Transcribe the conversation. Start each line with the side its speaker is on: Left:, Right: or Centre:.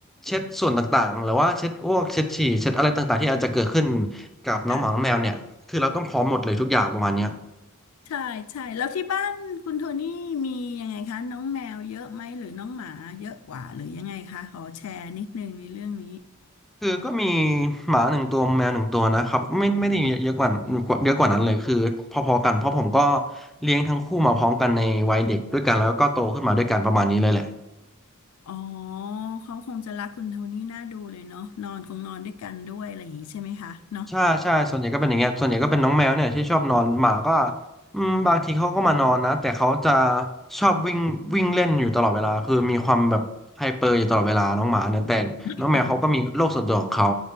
Centre: เช็ดส่วนต่างๆหรือว่าเช็ดอ้วกเช็ดฉี่เช็ดอะไรต่างๆที่อาจจะเกิดขึ้นกับน้องหมาน้องแมวเนี่ยคือเราต้องพร้อมหมดเลยทุกอย่างประมาณเนี้ย
Left: ค่ะใช่ใช่แล้วที่บ้านคุณโทนี่มียังไงคะน้องแมวเยอะไหมหรือน้องหมาเยอะกว่าหรือยังไงคะขอแชร์นิดนึงในเรื่องนี้
Centre: คือก็มีหมาหนึ่งตัวแมวหนึ่งตัวนะครับไม่ไม่ได้เยอะเยอะกว่าเยอะกว่านั้นเลยคือพอๆกันเพราะผมก็เลี้ยงทั้งคู่มาพร้อมกันในวัยเด็กด้วยกันแล้วก็โตขึ้นมาด้วยกันประมาณนี้เลยแหละ
Left: อ๋อเขาคงจะรักคุณโทนี่น่าดูเลยเนาะนอนคงนอนด้วยกันด้วยอะไรอย่างนี้ใช่ไหมคะเนาะ
Centre: ใช่ใช่ส่วนใหญ่ก็เป็นอย่างเงี้ยส่วนใหญ่ก็เป็นน้องแมวเนี่ยที่ชอบนอนหมาก็อืมบางทีเขาก็มานอนนะแต่เขาจะชอบวิ่งวิ่งเล่นอยู่ตลอดเวลาคือมีความแบบไฮเปอร์อยู่ตลอดเวลาน้องหมาเนี่ยแต่น้องแมวเขาก็มีโลกส่วนตัวของเขา
Left: <laughs> บอก